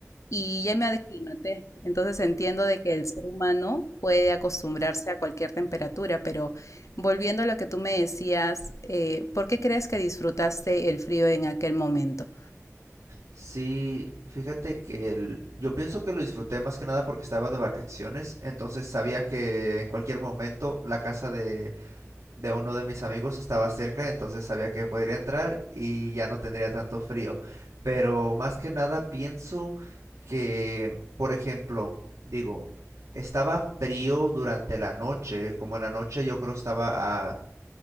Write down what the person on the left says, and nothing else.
y ya me aclimaté. Entonces entiendo de que el ser humano puede acostumbrarse a cualquier temperatura, pero volviendo a lo que tú me decías, eh, ¿por qué crees que disfrutaste el frío en aquel momento?